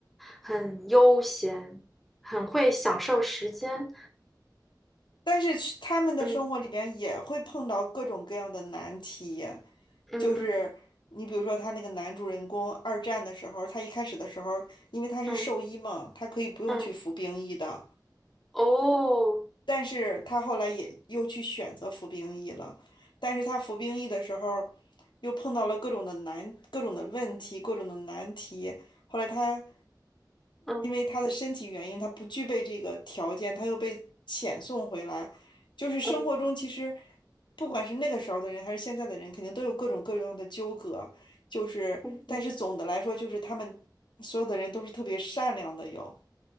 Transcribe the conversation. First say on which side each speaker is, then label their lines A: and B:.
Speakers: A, in the centre; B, on the left.
A: 很悠闲，很会享受时间？
B: 但是去他们的生活里边也会碰到各种各样的难题，
A: 嗯嗯嗯
B: 就是你比如说他那个男主人公二战的时候，他一开始的时候，因为他是兽医嘛，
A: 嗯
B: 他可以不用去服兵役的，
A: 嗯，哦，
B: 但是他后来也又去选择服兵役了，但是他服兵役的时候，又碰到了各种的难、各种的问题、各种的难题。后来他
A: 嗯
B: 因为他的身体原因，他不具备这个条件，他又被遣送回来。就是生活中其实，
A: 嗯嗯
B: 不管是那个时候的人还是现在的人，肯定都有各种各样的纠葛。就是，
A: 嗯嗯嗯。
B: 但是总的来说，就是他们所有的人都是特别善良的，有。